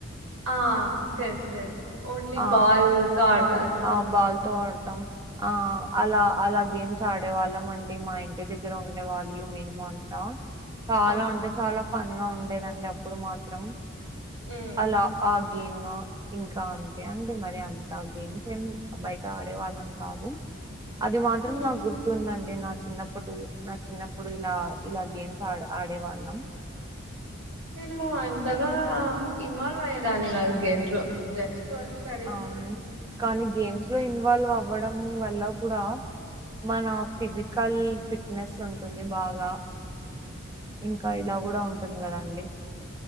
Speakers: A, on the right; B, on the right.
A: ఆ తెలుసు తెలుసు ఓన్లీ
B: ఆ
A: బాల్ తో ఆడు
B: ఆ బాల్ తో ఆడతాం ఆ అలా అలా గేమ్స్ చా ఆడే వాళ్ళం అండి మా ఇంటి దగ్గర ఉండే వాళ్ళు మేము అంట చాలా
A: ఆ
B: అంటే చాలా ఫన్ ఉండేదండి అప్పుడు మాత్రం
A: ఉమ్
B: అలా ఆ గేమ్ ఇంకా అంతే అండి మరి అంత గేమ్ ఏం బయట ఆడేవాళ్ళం కాదు అది మాత్రం
A: ఉమ్.
B: నాకు గుర్తుందండి నా చిన్నప్పుడు నా చిన్నప్పుడు ఇలా ఇలా గేమ్స్ ఆ ఆడే వాళ్ళళం
A: నేను అంతగా ఇన్వాల్వ్ అయ్యేదాన్ని కాదు గేమ్స్ త్రో జస్ట్ స్టడీస్
B: అవున కానీ గేమ్స్ లో ఇన్వాల్వ్ అవ్వ ఇవ్వడం వల్ల కూడా మన ఫిజికల్ ఫిట్నెస్ ఉంటుంది బాగా
A: అ
B: ఇంకా ఇలా కూడా ఉంటుంది. కదా అండి